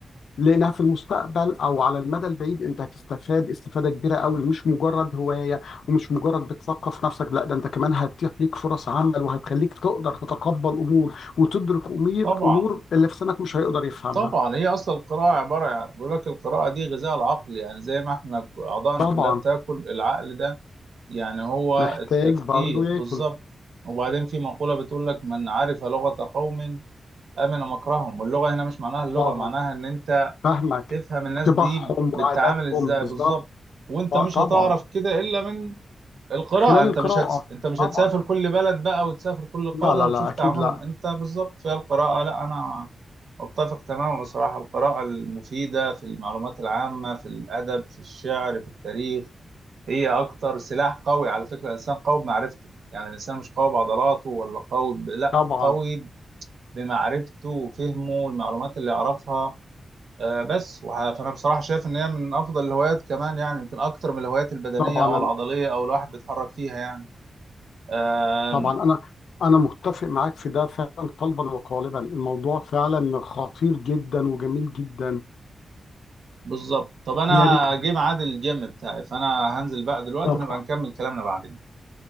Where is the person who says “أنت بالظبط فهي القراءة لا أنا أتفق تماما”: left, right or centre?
Right